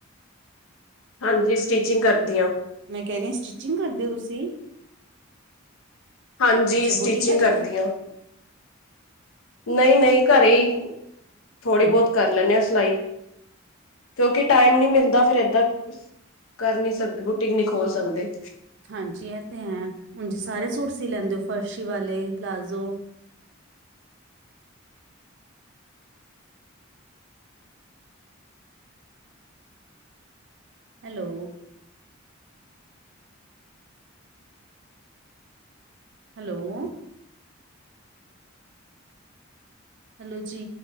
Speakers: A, on the left (about 80°); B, on the right (about 60°).
A: ਹਾਂਜੀ ਸਟਿਚਿੰਗ ਕਰਦੀ ਆਂ।
B: ਕਹਿਦੀ ਸਟਿਚਿੰਗ ਕਰਦੇ ਹੋ, ਤੁਸੀਂ।
A: ਹਾਂਜੀ
B: ਅੱਛਾ,
A: ਸਟੀਚਿੰਗ
B: ਬੁਟੀਕ ਹੈ ਤੁਹਾਡਾ?
A: ਕਰਦੀ ਆਂ। ਨਹੀਂ ਨਹੀਂ ਘਰੇ ਹੀ ਥੋੜ੍ਹੀ
B: ਹਾਂ।
A: ਬਹੁਤ ਕਰ ਲੈਂਦੇ ਆਂ ਸਿਲਾਈ। ਕਿਉਂਕਿ ਟਾਈਮ ਨੀ ਮਿਲਦਾ ਫੇਰ ਏਦਾਂ, ਗਰਮੀ ਚ ਸਕਦੇ ਬੂਟੀਕ ਨਹੀਂ ਖੋਲ ਸਕਦੇ।
B: ਹਾਂਜੀ। ਐ, ਤੇ, ਹੈ। ਉਂਝ ਸਾਰੇ ਸੂਟ ਸੀ ਲੈਂਦੇ ਹੋ? ਫਰਸ਼ੀ ਵਾਲੇ, ਪਲਾਜ਼ੋ। ਹੈਲੋ! ਹੈਲੋ! ਹੈਲੋ ਜੀ!